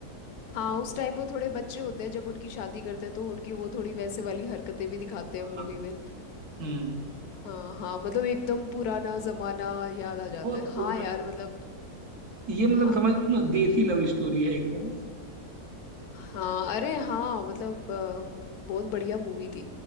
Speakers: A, on the left (about 80°); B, on the right (about 60°).
A: हाँ उस टाइम वो थोड़े बच्चे होते हैं जब उनकी शादी करते हैं तो उनकी वो थोड़ी वैसे वाली हरकतें भी दिखाते
B: हाँ
A: हैं मूवी में
B: हम्म
A: हाँ हाँ मतलब एकदम पुराना जमाना याद आ
B: बहुत
A: जाता है
B: पुरानी
A: हाँ यार
B: मतलब
A: मतलब
B: ये मतलब
A: हाँ
B: समझ लो ना देसी लव स्टोरी है एक तरह से
A: हाँ अरे हाँ मतलब अ, बहुत बढ़िया मूवी थी